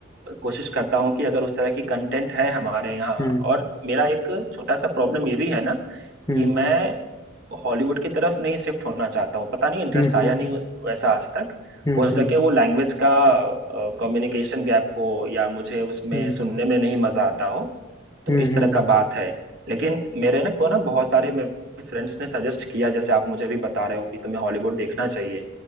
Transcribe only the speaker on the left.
हम्म
हम्म
हम्म
हम्म
हम्म
हम्म
हम्म
हम्म